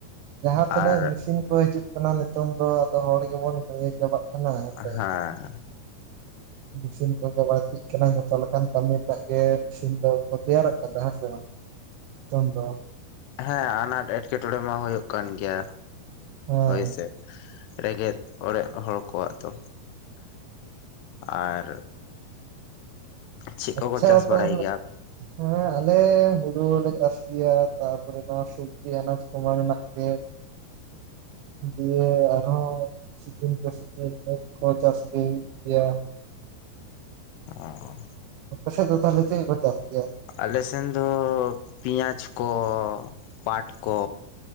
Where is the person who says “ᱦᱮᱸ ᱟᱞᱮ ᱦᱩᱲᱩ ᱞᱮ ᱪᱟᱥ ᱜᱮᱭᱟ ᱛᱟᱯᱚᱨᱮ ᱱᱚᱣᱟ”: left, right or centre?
Right